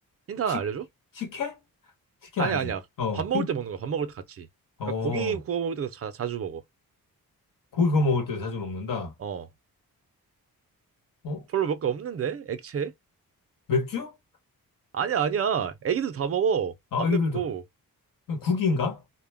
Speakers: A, on the right; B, on the left.
A: 힌트 하나
B: 식,
A: 알려줘?
B: 식혜? 식혜
A: 아니야,
B: 아니지.
A: 아니야.
B: 어,
A: 밥 먹을
B: 힌트.
A: 때 먹는 거야. 밥 먹을 때 같이.
B: 어,
A: 그러니까 고기 구워 먹을 때도 자, 자주 먹어.
B: 고기 구워 먹을 때 자주 먹는다.
A: 어,
B: 어?
A: 별로 먹을 게 없는데? 액체?
B: 맥주?
A: 아니야, 아니야. 애기도 다 먹어.
B: 아,
A: 안
B: 아기들도.
A: 맵고.
B: 국인가?